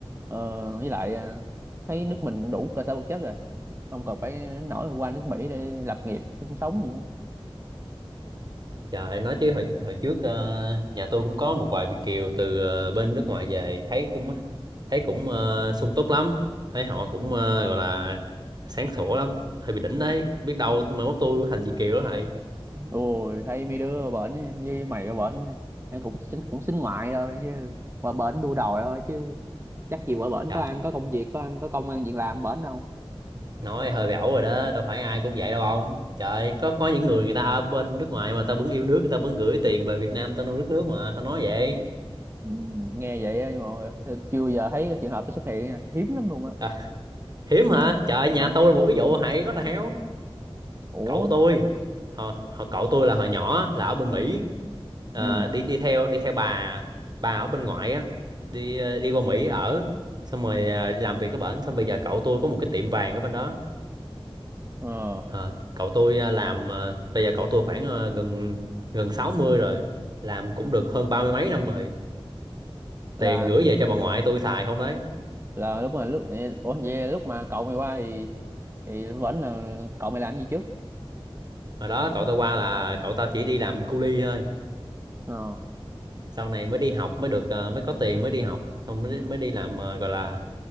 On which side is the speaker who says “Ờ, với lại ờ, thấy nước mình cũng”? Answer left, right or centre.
Right